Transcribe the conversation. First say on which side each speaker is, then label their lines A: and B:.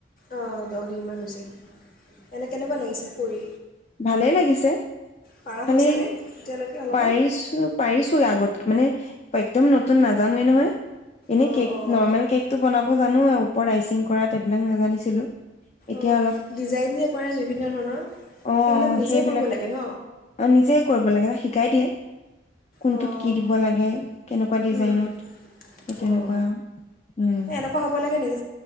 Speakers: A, on the left; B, on the left.
A: অঁ দহ দিনমান হৈছে, এনে কেনেকুৱা লাগিছে কৰি?
B: ভালে লাগিছে,
A: পাৰা
B: খালি
A: হৈছানে এতিয়ালৈকে অলপমান
B: পাৰিছো-পাৰিছো আগত মানে একদম নতুন নাজানোৱেই নহয়। এনেই
A: অঁ
B: কেক,
A: অঁ
B: নৰ্মেল কেকটো বনাব অঁ', জানো ওপৰত আইচিং কৰাটবিলাক নাজানিছিলো। এতিয়া
A: অ',
B: অলপ
A: ডিজাইন যে কৰে বিভিন্ন ধৰণৰ
B: অঁ',
A: সেইবিলাক নিজেই
B: সেইবিলাক
A: কৰিব লাগে ন
B: অঁ নিজে কৰিব লাগে শিক ই দিয়ে। কোনটোত
A: অঁ
B: কি দিব লাগে? কেনেকুৱা ডিজাইনত?
A: উম,
B: সেই
A: অঁ
B: তেনেকুৱা, উম।
A: এই এনেকুৱা হ'ব লাগে নেকি